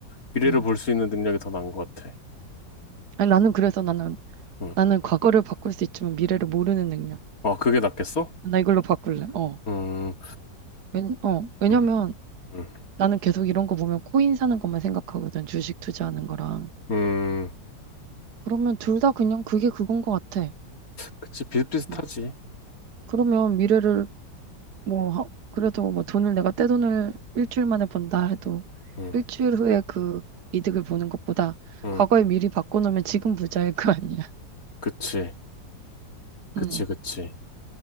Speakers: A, on the left; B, on the right.
A: 미래를
B: 음.
A: 볼 수 있는 능력이 더 나은 것 같아.
B: 아니, 나는 그래서 나는,
A: 응.
B: 나는 과거를 바꿀 수 있지만 미래를 모르는 능력.
A: 아 그게 낫겠어?
B: 나 이걸로 바꿀래. 어.
A: 음,
B: 왜, 어. 왜냐면
A: 음, 음,
B: 나는 계속 이런 거 보면 코인 사는 것만 생각하거든. 주식 투자하는 거랑.
A: 음.
B: 그러면 둘 다 그냥 그게 그건 것 같아.
A: 그치, 비슷비슷하지.
B: 음. 그러면 미래를 뭐, 하- 그래도 뭐 돈을 내가 떼돈을 일주일 만에 번다 해도
A: 응,
B: 일주일 후에 그 이득을 보는 것보다
A: 응.
B: 과거에 미리 바꿔놓으면 지금 부자일 거 아니야.
A: 그치, 그치,
B: 음.
A: 그치.